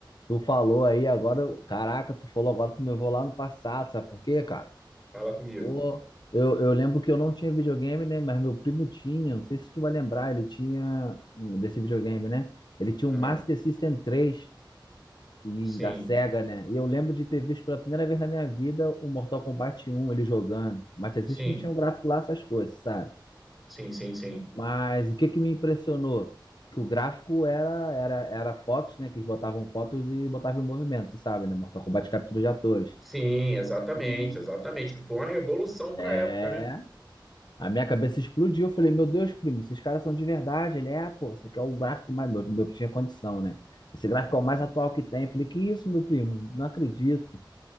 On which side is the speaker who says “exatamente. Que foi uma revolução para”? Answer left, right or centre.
Centre